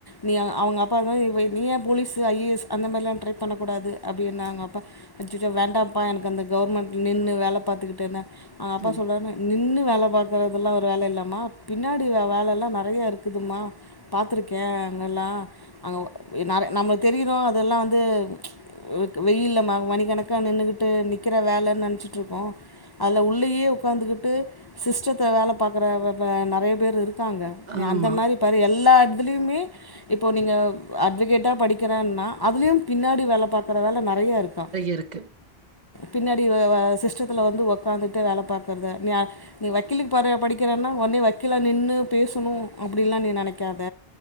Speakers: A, on the left (about 30°); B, on the right (about 50°).
A: நீ அவுங்க அப்பாதா <unintelligible> நீ ஏ போலீஸு ஐ ஏ எஸ் அந்த மாரில்லா ட்ரை பண்ணக் கூடாது அப்டின்னாங்க அப்பா அச்சச்சோ வேண்டாம் அப்பா எனக்கு அந்த கவுர்மண்ட் நின்னு வேல பாத்துகிட்டேனு அவுங்க அப்பா
B: ம்.
A: சொல்றாற்னு நின்னு வேல பாக்கறதல்லா ஒரு வேல இல்லமா பின்னாடி வே வேலெல்லா நெறைய இருக்குதுமா பாத்துருக்கே அங்கெல்லா அங்க நெறைய நம்ம தெரியரோ அதெல்லா வந்து வ்கு வெயில்ல ம மணிக்கணக்கா நின்னுகிட்டு நிக்கிற வேலன் நெனைச்சுட்ருக்கோ அதுல உள்ளயே உக்காந்துக்கிட்டு சிஸ்டத்த வேல பாக்குற வ வ நெறைய பேர் இரு க்காங்க நீ
B: ஆமா.
A: அந்த மாரி பாரு எல்லா எடத்துலயுமே இப்போ நீங்க அட்வகேட்டா படி க்கிறேனா அதுலயு பின்னாடி வேல பாக்கற வேல நெறையா இருக்கா
B: இருக்கு
A: பின்னாடி வ வ சிஸ்டத்துல வந்து உக்காந்துட்டே வேல பாக்குறது நீ நீ வக்கீலுக்கு போறியா படிக்கிறன்னா உன்னே வக்கீலா நின்னு பேசணு அப்டிலா நீ நெனைக்காத